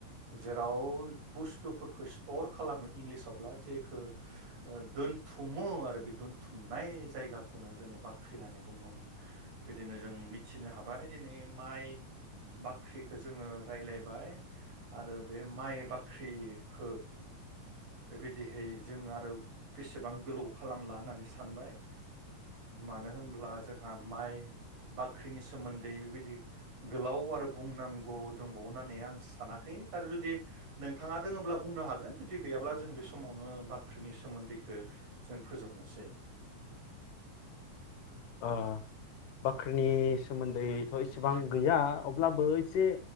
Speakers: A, on the right (about 70°); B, on the left (about 80°).
A: जेराव बुस्थुफोरखौ स्टर खालामो इंलिसावब्ला जेखौ ओ दोनथुमो आरो बे दोनथुम थुमनाय जायगाखौनो जोङो बाख्रि होननानै बुङो बिदिनो जों मिथिनो हाबाय दिनै माइ बाख्रिखो जोङो राय्लायबाय आरो बे माइ बाख्रिखो बेबायदिहै जोङो आरो बेसेबां गोलाव खालामला होननानै सानो सानबाय मानो होनब्ला जोंहा माइ बाख्रिनि सोमोन्दै बेबायदि गोलाव आरो बुंनांगौ दंबावो होननानै आं सानाखै आरो जुदि नोंथाङा दोङोब्ला बुंनो हागोन जुदि गैयाब्ला जों बे समावनो बाख्रिनि सोमोन्दैखौ जों फोजोबनोसै
B: ओ बाख्रिनि सोमोन्दैथ एसेबां गैया अब्लाबो एसे